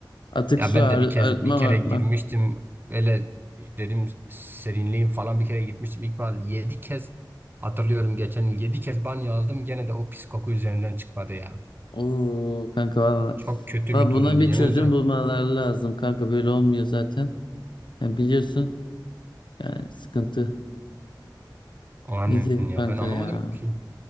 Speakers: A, on the left; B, on the right.
A: Atık
B: Ya
A: su
B: ben
A: arı-
B: de bir kez
A: arıtma
B: bir
A: arıtma.
B: kere girmiştim. Öyle dedim serinleyeyim falan bir kere gitmiştim. İlk ben yedi kez hatırlıyorum geçen yıl 7 kez banyo aldım. Gene de o pis koku üzerinden çıkmadı ya.
A: Oo kanka valla.
B: Çok kötü
A: Valla
B: bir
A: Buna
B: durumdu
A: bir
B: yemin
A: çözüm
B: ederim.
A: bulmaları lazım kanka. Böyle olmuyor zaten. Yani biliyorsun yani sıkıntı.
B: O annen
A: Ne diyeyim
B: ya
A: kanka
B: ben anlamadım
A: ya.
B: ki.